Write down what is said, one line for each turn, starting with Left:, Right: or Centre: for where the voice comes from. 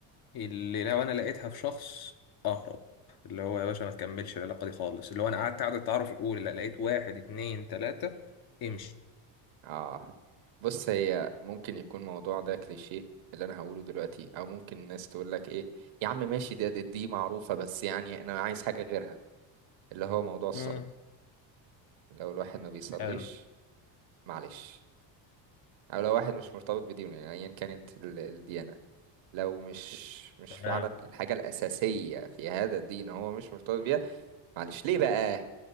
Left: اللي لو انا لقيتها في شخص اهرب اللي هو يا باشا ما تكملش العلاقة دي خالص اللي هو انا قعدت قعدة التعارف الاولى لا لقيت واحد اتنين تلاتة امشي
Right: اه بص هي ممكن يكون الموضوع ده كليشيه اللي انا هقوله دلوقتي او ممكن الناس تقول لك ايه يا عم ماشي دي, دي دي معروفة بس يعني انا عايز حاجة غيرها اللي هو موضوع الصلاة
Left: مم.
Right: لو الواحد ما بيصليش
Left: حلو
Right: معلش او لو واحد مش مرتبط بدينه يعني ايا كانت ال- الديانة لو مش مش
Left: تمام
Right: فعلا الحاجة الأساسية في هذا الدين هو مش مرتبط بيها معلش ليه بقى